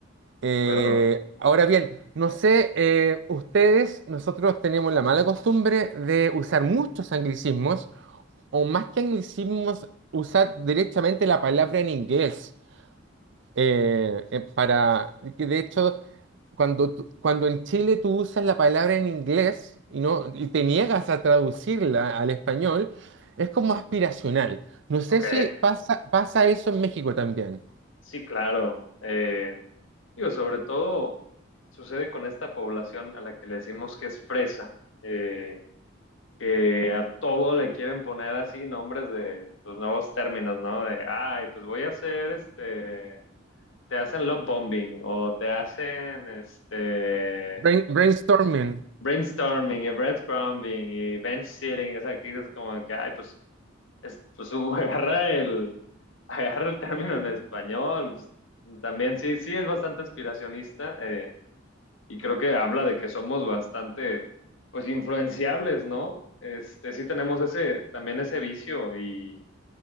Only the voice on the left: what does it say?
De acuerdo. güey.
Ok,
sí, claro. Eh, digo, sobre todo sucede con esta población a la que le decimos que es fresa. Eh, que a todo le quieren poner así nombres de los nuevos términos, ¿no? De, ay, pues voy a hacer este, te hacen love bombing o te hacen este
brainstorming y breadcrumbing y bench sitting, o sea, que dices como que, ay, pues, es, pues <laughs> uh, agarra el, agarra el término en español, pues, también sí, sí es bastante aspiracionista, eh, y creo que habla de que somos bastante, pues, influenciables, ¿no? Este, sí tenemos ese, también ese vicio y,